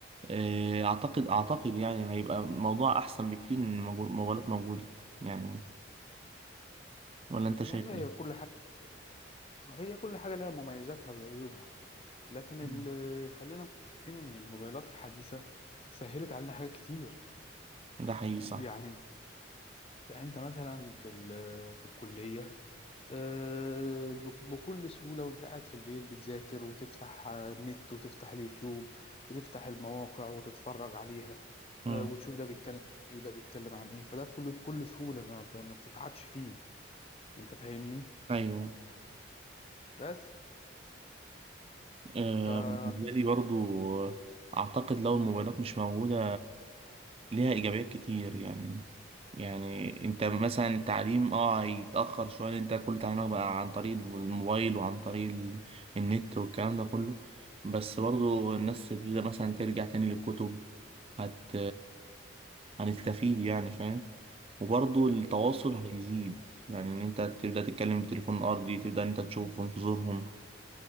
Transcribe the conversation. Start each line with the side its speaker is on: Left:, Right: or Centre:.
Right: آه، اعتقد اعتقد يعني هيبقى موضوع احسن بكتير من موجود- موبايلات موجودة يعني ولا انت شايف
Left: والله
Right: ايه
Left: هي كل حاجة هي كل حاجة لها مميزاتها وعيوبها لكن
Right: مم.
Left: ال- خلينا متفقين ان الموبايلات الحديثه سهلت علينا حاجات كتير
Right: ده حقيقي صح
Left: يعني يعني انت مثلا في ال- في الكليه آه، بك- بكل سهوله وانت قاعد في البيت بتذاكر وتفتح آه، النت وتفتح اليوتيوب وتفتح المواقع وتتفرج عليها
Right: امم
Left: آه، وتشوف ده بيتكلم ايه وده بيتكلم عن ايه فده كله بكل سهوله ما ما بتتعبش فيه انت فاهمني
Right: ايوه
Left: بس
Right: آه،
Left: ف
Right: بالنسبة لي برضو آه، اعتقد لو الموبايلات مش موجودة ليها إيجابيات كتير يعني يعني أنت مثلا التعليم أه هيتأخر شوية لأن أنت كل تعليمك بقى عن طريق الموبايل وعن طريق ال- النت والكلام ده كله بس برضو الناس تبتدي مثلا ترجع تاني للكتب هت هنستفيد يعني فاهم وبرضو التواصل هيزيد يعني إن أنت تبدأ تتكلم بتليفون أرضي تبدأ إن أنت تشوف في انتظارهم